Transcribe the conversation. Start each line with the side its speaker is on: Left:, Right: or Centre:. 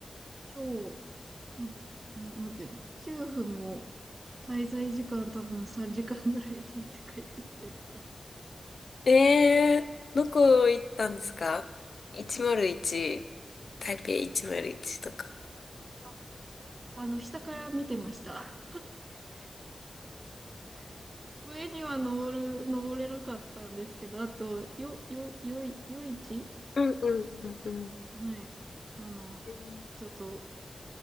Right: 超、うんな、なんていうの、9分も滞在時間多分3時間ぐらいで行って帰ってきてとか。
Left: ええー、どこ行ったんですか ?101、台北101とか。
Right: ああの、下から見てました。上には登る、登れなかったんですけど、あと、よ、よ、よい、夜市
Left: うんうんうんうん。
Right: はい。あの、
Left: うん
Right: ちょっと、